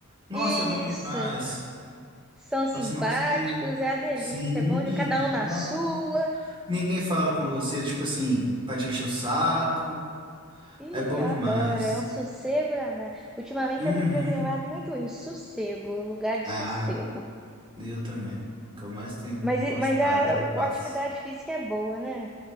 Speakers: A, on the right; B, in the centre.
A: nossa,
B: Isso.
A: é bom demais.
B: São simpáticos,
A: Fala assim, nossa, que.
B: é a delícia.
A: Sim,
B: É bom de cada
A: não.
B: um na sua.
A: Ninguém fala com você, tipo assim, pra te encher o saco,
B: Ih,
A: é bom
B: eu
A: demais.
B: adoro. É um sossego danado. Ultimamente
A: Uhum.
B: eu tenho preservado muito isso, sossego, lugar de
A: Ah,
B: sossego.
A: eu também. O que eu mais tenho
B: Mas,
A: gostado
B: e- mas a,
A: é
B: a
A: paz.
B: atividade física é boa, né?